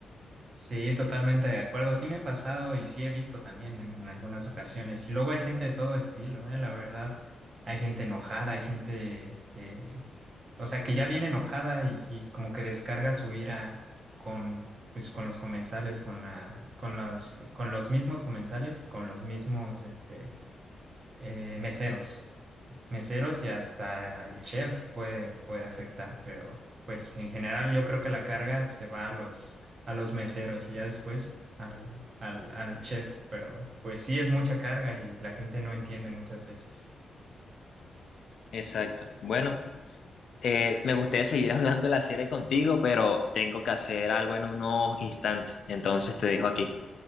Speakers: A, on the right; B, on the left.
A: Sí, totalmente de acuerdo. Sí me ha pasado y sí he visto también en, en algunas ocasiones. Y luego hay gente de todo estilo, eh, la verdad. Hay gente enojada, hay gente, eh, o sea, que ya viene enojada y, y como que descarga su ira con, pues, con los comensales, con las, con las, con los mismos comensales y con los mismos, este, eh, meseros. meseros y hasta el chef puede, puede afectar, pero pues en general yo creo que la carga se va a los, a los meseros y ya después al, al, al chef, pero pues sí es mucha carga y la gente no entiende muchas veces.
B: Exacto. Bueno, eh, me gustaría seguir <laughs> hablando de la serie contigo, pero tengo que hacer algo en unos instantes. Entonces te dejo aquí.